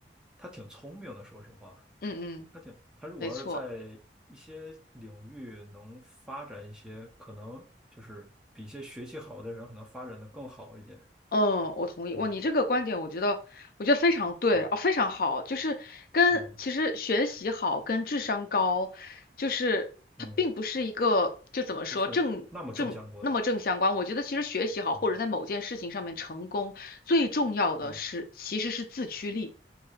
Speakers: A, in the centre; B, on the left.
A: 他挺聪明的，说实话，
B: 嗯嗯，
A: 他挺，他如果要是在一些领域能发展一些，
B: 没错，
A: 可能就是比一些学习好的人可能发展的更好一点。
B: 嗯，我同意。
A: 对，
B: 哇，你这个观点，我觉得，我觉得非常对，
A: 嗯
B: 哦，非常好，就是跟其实学习好跟智商高，
A: 嗯
B: 就是它并不是一个就怎么说正正那么正相关。
A: 嗯。不是那么正相关。
B: 我觉得其实学习好或者在某件事情上面成功，
A: 嗯
B: 最重要的是其实是自驱力，
A: 嗯